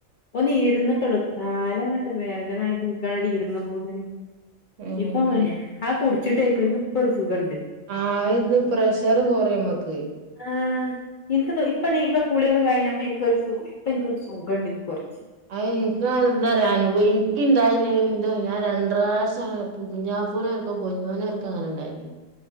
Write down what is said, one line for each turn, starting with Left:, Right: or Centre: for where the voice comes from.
Left: ഒന്ന് ഇരുന്നിട്ട്ള്ളു കാലങ്ങട്ട് വേദനായിട്ട് <unintelligible> ഇരുന്നപോതന്നെ
Right: ഉം
Left: ഇപ്പം മ ആക്കൂടി <unintelligible>
Right: ആ ഇത് പ്രഷർ കൊറായു മ്മക്ക്
Left: ആഹ് എനിക്ക് ഇപ്പ ഇപ്പ കുളിയൊക്കെ കഴിഞ്ഞപ്പ എനിക്കൊരു <unintelligible> ഇപ്പോ നിക്കൊരു സുഖം ഉണ്ട് നി കൊറച്ച്
Right: അഹ് ഇനിക്ക് എന്താ അറിയാ അനുഭവം എനിക്ക ഇണ്ടായില്ലെങ്കിൽ എന്ത ഞാൻ രണ്ടുപ്രാശം കുഞ്ഞാപ്പൂനെ ആർക്കും പൊന്നോന ആർക്കും അങ്ങനെ ഇണ്ടായിനി